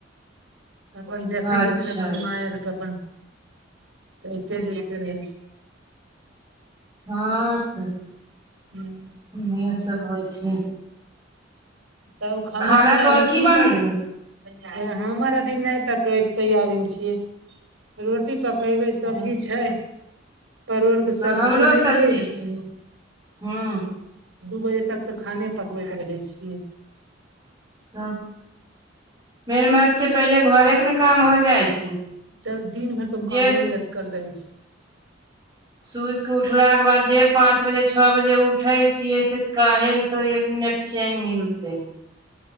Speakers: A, on the right (about 80°); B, on the right (about 20°).
A: अपन
B: अच्छा
A: देखै छथिन।
B: अच्छा
A: आइर के अपन अइते-जइते रहै छथिन।
B: हां तेय
A: हूं
B: इह सब होइ छैय।
A: तब खाना-पीना
B: खाना तोहर
A: अभी की
B: बनल
A: पक तऽ हमर अभी नै पकै के तैयारी मे छियै रोटी पक पकेबै सब्जी
B: हँ
A: छैय। परोरके सब्जी
B: हमरो
A: बनेलियै
B: सब्जी
A: रेह
B: छै हूँ
A: दू बजे तक तेयऽ खाने पकबैत रहै छियै।
B: त मेन बात छै, पहिले घोरेके ने काम हो जाइ छैय।
A: तब दिन भरि तऽ
B: जे
A: कामे मे लटकल रहै छै
B: सुति कऽ उठलाके बाद जे पाँच बजे छओ बजे उठैय छियै से कहाले तऽ एक मिनट चैन मिलतै।